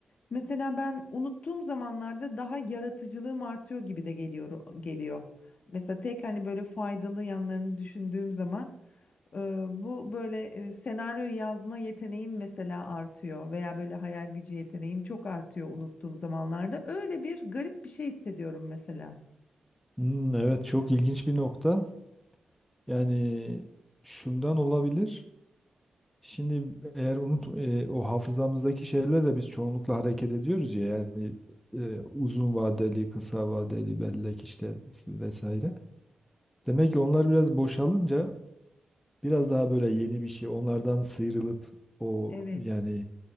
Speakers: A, on the left; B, in the centre.
A: mesela ben unuttuğum zamanlarda daha yaratıcılığım artıyor gibi de geliyor geliyor. Mesela tek hani böyle faydalı yanlarını düşündüğüm zaman e, bu böyle e, senaryo yazma yeteneğim mesela artıyor veya böyle hayal gücü yeteneğim çok artıyor unuttuğum zamanlarda. Öyle bir garip bir şey hissediyorum mesela.
B: Hmm, evet çok ilginç bir nokta. Yani şundan olabilir. Şimdi eğer unut e, o hafızamızdaki şeylerle biz çoğunlukla hareket ediyoruz ya yani e, uzun vadeli, kısa vadeli bellek işte vesaire. Demek ki onlar biraz boşalınca biraz daha böyle yeni bir şey onlardan sıyrılıp o
A: Evet,
B: yani